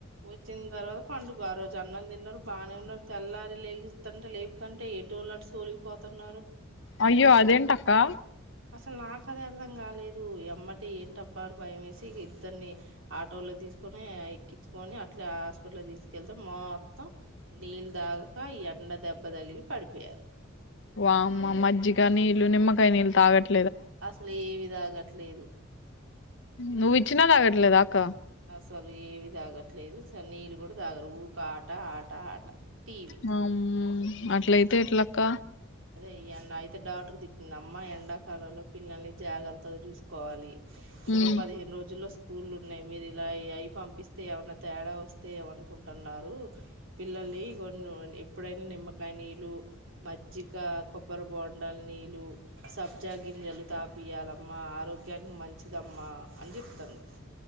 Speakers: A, on the right; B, on the left.
A: ఒచ్చింద్ తర్వాత పండుగ, ఆ రోజు అన్నం తిన్నారు బానే ఉన్నారు తెల్లారి లేగిస్తంటే లే తంటే ఎటోలటు సొలిగిపోతున్నారు.
B: అయ్యో అదేంటక్క.
A: అసలు నాకు అదే అర్థం కాలేదు, ఎమ్మటె ఏంటిబ్బా అని భయం వేసి ఇగా ఇద్దరిని ఆటోలో ది దిస్కొని ఎక్కించుకొని, అట్లా హాస్పిటల్ దిస్కెళ్తే మొత్తం నీళ్ళు తాగక ఎ ఎండ దెబ్బ తగిలి పడిపోయారు.
B: వామ్మో మజ్జిగా, నీళ్లు, నిమ్మకాయ నీళ్లు తాగట్
A: అసల్ ఏవి తాగట్లేదు.
B: నువ్వీచ్చిన తాగట్లేదా అక్క.
A: అసలు ఏవి తాగట్లేదు, అసలు నీళ్ళు కూడా తాగరు, ఊకా ఆట ఆట ఆట, టీవీ
B: వామ్మో అట్లయితే ఎట్లా అక్క.
A: ఇయ్యన అయితే డాక్టర్ తిట్టింది, అమ్మ ఎండాకాలంలో పిల్లల్ని జాగ్రత్తగా జుస్కోవాలి. ఇంకో
B: ఉమ్
A: పదిహేను రోజుల్లో స్క్ స్కూల్ ఉన్నాయి, మీరు ఇలా అయ్యి అయ్యి పంపిస్తే ఏమైన్నా తేడా వస్తే, ఎం అనుకుంటున్నారు. పిల్లల్ నీ కొన్ని <unintelligible> ఇప్పుడైన నిమ్మకాయ నీళ్లు, మజ్జిగ కొ కొబ్బరి బోండాల్ నీళ్ళు సబ్జా గింజలు తాపియాల మా ఆరోగ్యానికి మంచిదమ్మా అని చెప్తాతాండు